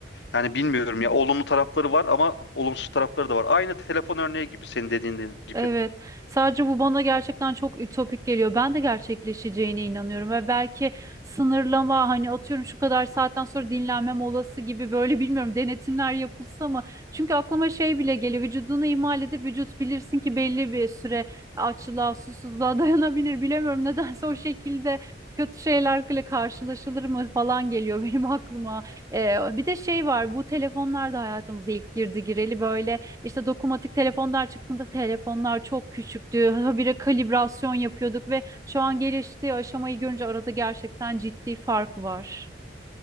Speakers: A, on the left; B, on the right.
A: Yani bilmiyorum ya olumlu tarafları var ama olumsuz tarafları da var. Aynı telefon örneği gibi senin dediğin gibi.
B: Evet. Sadece bu bana gerçekten çok ütopik geliyor. Ben de gerçekleşeceğine inanıyorum ve belki sınırlama hani atıyorum şu kadar saatten sonra dinlenme molası gibi böyle bilmiyorum denetimler yapılsa mı? Çünkü aklıma şey bile geliyor. Vücudunu ihmal edip vücut bilirsin ki belli bir süre açlığa, susuzluğa <laughs> dayanabilir. Bilemiyorum nedense o şekilde kötü şeylerle karşılaşılır mı falan geliyor benim aklıma. Ee, bir de şey var bu telefonlar da hayatımıza ilk girdi gireli böyle işte dokunmatik telefonlar çıktığında telefonlar çok küçüktü. Habire kalibrasyon yapıyorduk ve şu an geliştiği aşamayı görünce arada gerçekten ciddi fark var.